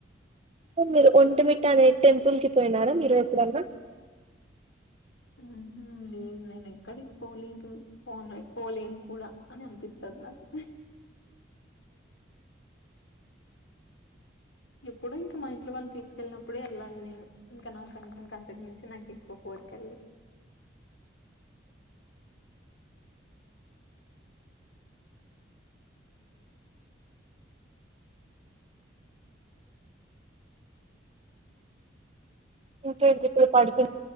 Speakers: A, on the right; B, on the left.
A: మీరు ఒంటమిట్ట అనే టెంపుల్ కి పోయినారా మీరు ఎప్పుడన్నా
B: ఊ హ్మ్ లే దు నేను ఎక్కడికి పోలేదు పోలే పోలేను కూడా అని అనిపిస్తుంది నాకు ఎప్పుడూ ఇంకా మా ఇంట్లో వాళ్ళు తీసుకెళ్లినప్పు అప్పుడే వెళ్ళాలి నేను ఇంకా నాక ఇంక అంతకు మించి చి నాకు ఎక్కువ కోరికల్లేవ్
A: ఇంకేంటి ఇప్పుడు పడుకుం